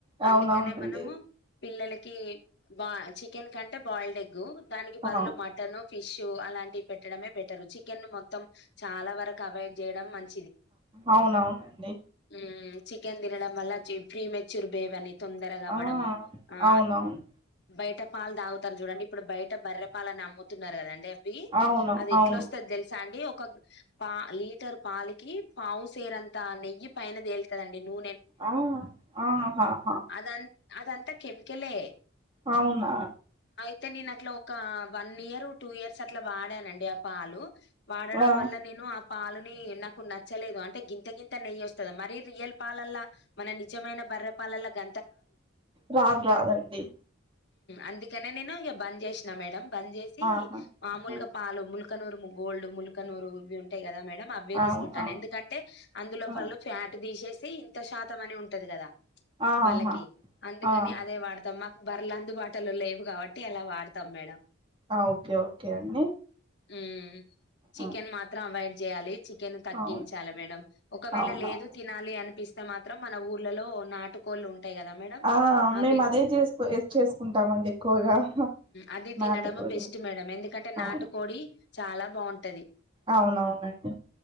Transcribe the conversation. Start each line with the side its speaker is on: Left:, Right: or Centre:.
Right: అవునవునండి
Left: అందుకనే మనము పిల్లలకి బా చికెన్ కంటే బాయిల్డ్ దానికి బదులు
Right: అవును
Left: మటన్ ఫిష్ అలాంటివి పెట్టడమే బే టరు చికెన్ మొత్తం చాలా వరకు అవాయిడ్ చేయడం మంచి
Right: అవునవునండి
Left: మ్మ్ చికెన్ తినడం వల్ల ప్రీ మెచ్యూర్ బేబ్ అని తొందరగా అవ్వడము
Right: ఆ
Left: ఆ
Right: అవునవును
Left: బయట పాలు తాగుతారు చూడండి ఇప్పుడు బయట బర్రె పాలని అమ్ముతున్నారు కదండీ వి
Right: అవును
Left: అది ఎట్లా
Right: అవును
Left: వస్తది తెలుసా అండి ఒక పా లీటర్ పాలికి పావుసేరంతా నెయ్యి పైన తేలుతదండి నూ
Right: ఆ అహా హా
Left: అదం అదంతా కెమికలే
Right: అవునా
Left: అయితే నేను అట్లా ఒక వన్ ఇయర్ టూ ఇయర్స్ అట్లా వాడానండి ఆ పాలు వాడడం
Right: ఆ
Left: వల్ల నేను ఆ పాలుని నాకు నచ్చలేదు అంటే గింత గింత నెయ్యి వస్తుంది మరి రియల్ పాలల్లా మన నిజమైన బర్ర పాలల గ
Right: రాదు రాదండి
Left: అందుకనే నేను ఇక బంద్ చేసిన మేడం బంద్ చేసి
Right: ఆహా
Left: మామూలుగా
Right: ఆ!
Left: పాలు ము ముల్కనూరు గోల్డ్ ముల్కనూరు <unintelligible> ఉంటయ్ కదా మ అవే
Right: అవును
Left: తీసుకుంటాను
Right: అవును
Left: ఎందుకంటే అందులో
Right: ఆ!
Left: వాళ్ళు ఫ్యాట్ తీసేసి ఇంత శాతం అని ఉంటది కద
Right: ఆహా
Left: వాళ్ళకి అందుకని
Right: ఆ ఆ!
Left: అదే వాడతమ బర్రెలు అందుబాటులో లేవు కాబట్టి అలా వాడతాం మేడం
Right: ఓకే ఓకే అండి
Left: ఉ చికెన్
Right: ఆ!
Left: మాత్రం అవయిడ్ చేయాలి చికెన్ తగ్గించాలి
Right: అవును
Left: మేడం ఒకవేళ
Right: అవునవును
Left: లేదు తినాలి అనిపిస్తే మాత్రం మన ఊర్లలో నాటుకోళ్ళు ఉంటాయి కదా మేడం
Right: ఆ
Left: అవి
Right: మేము అదే చేసుకో చేసుకుంటామండి ఎక్కువగా
Left: అది తినడ
Right: నాటుకోడి
Left: బెస్ట్ మేడం ఎందుకంటే నాటు
Right: అవును
Left: కోడి చాలా బాగుంటది
Right: అవునవునండి